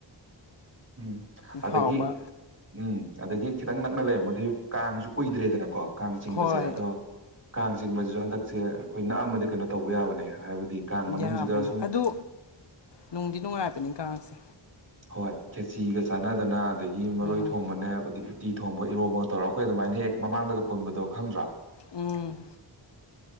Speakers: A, on the right; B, on the left.
A: ꯎꯝ ꯑꯗꯒꯤ
B: ꯍꯥꯎꯕ
A: ꯎꯝ ꯑꯗꯒꯤ ꯈꯤꯇꯪ ꯅꯛꯅ ꯂꯩꯔꯝꯕꯗꯩ ꯀꯥꯡꯁꯨ ꯀꯨꯏꯗ꯭ꯔꯦꯗꯅꯀꯣ ꯀꯥꯡ ꯆꯤꯡꯕꯁꯦ
B: ꯍꯣꯏ
A: ꯑꯗꯣ ꯀꯥꯡ ꯆꯤꯡꯕꯁꯤꯁꯨ ꯍꯟꯗꯛꯁꯦ ꯑꯩꯈꯣꯏ ꯅꯛꯑꯝꯃꯗꯤ ꯀꯩꯅꯣ ꯇꯧꯕ ꯌꯥꯕꯅꯦ ꯍꯥꯏꯕꯗꯤ ꯀꯥꯡ ꯃꯅꯨꯡꯁꯤꯗ
B: ꯌꯥꯕꯅꯦ
A: ꯁꯨꯝ
B: ꯑꯗꯨ ꯅꯨꯡꯗꯤ ꯅꯨꯡꯉꯥꯏꯕꯅꯤ ꯀꯥꯡꯁꯦ
A: ꯍꯣꯏ ꯈꯦꯆꯤꯒ ꯆꯥꯟꯅꯗꯅ ꯑꯗꯒꯤ ꯃꯔꯣꯏ
B: ꯎꯝ
A: ꯊꯣꯡꯕꯅꯦ ꯎꯇꯤ ꯎꯇꯤ ꯊꯣꯡꯕ ꯏꯔꯣꯝꯕꯒ ꯇꯧꯔꯒ ꯑꯩꯈꯣꯏ ꯑꯗꯨꯃꯥꯏꯅ ꯍꯦꯛ ꯃꯃꯥꯡꯗꯒ ꯄꯨꯟꯕꯗꯣ ꯈꯪꯗ꯭ꯔ‌ꯣ
B: ꯎꯝ